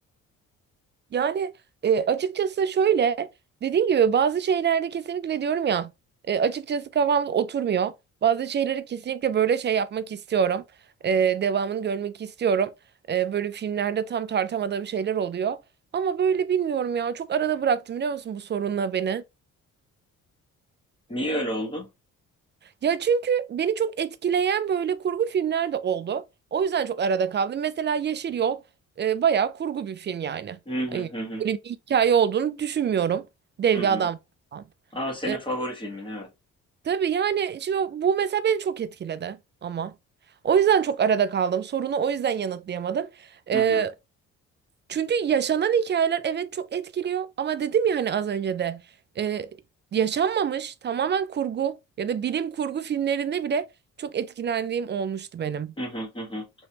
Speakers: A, on the right; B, on the left.
A: Yani e, açıkçası şöyle dediğim gibi bazı şeylerde kesinlikle diyorum ya e, açıkçası kafam oturmuyor. Bazı şeyleri kesinlikle böyle şey yapmak istiyorum. E, devamını görmek istiyorum. E, böyle filmlerde tam tartamadığım şeyler oluyor. Ama böyle bilmiyorum ya çok arada bıraktım biliyor musun bu sorunla beni.
B: Niye öyle oldu?
A: Ya çünkü beni çok etkileyen böyle kurgu filmler de oldu. O yüzden çok arada kaldım. Mesela Yeşil Yol e, bayağı kurgu bir film yani.
B: Hı hı
A: Hani
B: hı hı.
A: böyle bir hikaye olduğunu düşünmüyorum. Dev
B: Hı hı.
A: bir adam falan.
B: Ama senin
A: E,
B: favori filmin evet.
A: tabii yani şimdi bu mesela beni çok etkiledi ama. O yüzden çok arada kaldım. Sorunu o yüzden yanıtlayamadım. E,
B: Hı hı.
A: çünkü yaşanan hikayeler evet çok etkiliyor ama dedim ya hani az önce de e, yaşanmamış tamamen kurgu ya da bilim kurgu filmlerinde bile çok etkilendiğim olmuştu benim.
B: Hı hı hı hı.